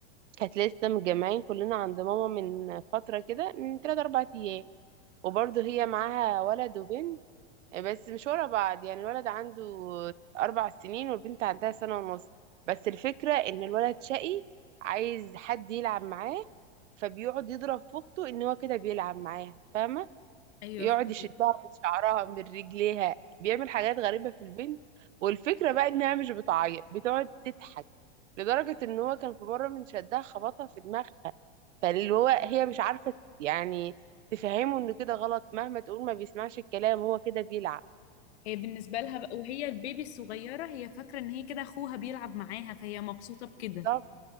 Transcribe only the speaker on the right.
كانت لسه متجمعين كلنا عند ماما من فترة كده من تلات أربع أيام وبرضه هي معاها ولد وبنت بس مش ورا بعض يعني الولد عنده أربع سنين والبنت عندها سنة ونص بس الفكرة إن الولد شقي عايز حد يلعب معاه فبيقعد يضرب في أخته إن هو كده بيلعب معاها فاهمة
يقعد
يشدها من شعرها من رجليها بيعمل حاجات غريبة في البنت والفكرة بقى انها مش بتعيط بتقعد تضحك لدرجة ان هو كان في مرة من شدها خبطها في دماغها فاللي هو هي مش عارفة يعني تفهمه انه كده غلط مهما تقول ما بيسمعش الكلام هو كده بيلعب
بالظبط